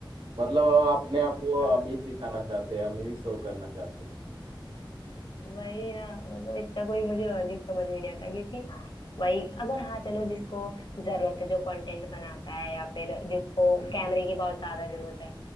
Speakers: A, on the right; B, on the left.
A: मतलब वो अपने आप को
B: <laughs>
A: अमीर दिखाना चाहते हैं अमीर शो करना चाहते हैं
B: वही ना मतलब इतना कोई मुझे लॉजिक समझ में नहीं आता क्योंकि वही अगर हाँ चलो जिसको जरूरत है जो कंटेंट बनाता है या फिर जिसको कैमरे की बहुत ज्यादा जरूरत है